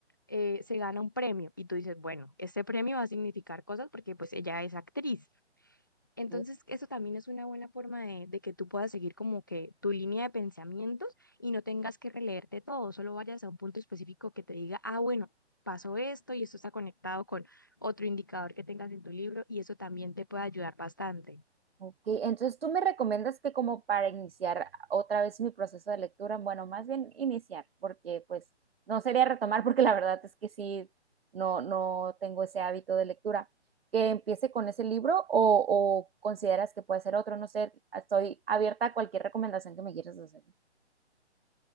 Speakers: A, on the left (about 20°); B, on the right (about 55°).
A: eh, se gana un premio y tú dices, bueno, este premio va a significar cosas porque pues ella es actriz. Entonces,
B: Sí.
A: eso también es una buena forma de, de que tú puedas seguir como que tu línea de pensamientos y no tengas que releerte todo, solo vayas a un punto específico que te diga, ah, bueno, pasó esto y esto está conectado con otro indicador que tengas en tu libro y eso también te puede ayudar bastante.
B: Ok, entonces tú me recomiendas que como para iniciar otra vez mi proceso de lectura, bueno, más bien iniciar, porque pues no sería retomar, porque la verdad es que sí, no, no tengo ese hábito de lectura. Que empiece con ese libro o, o consideras que puede ser otro, no sé, estoy abierta a cualquier recomendación que me quieras hacer.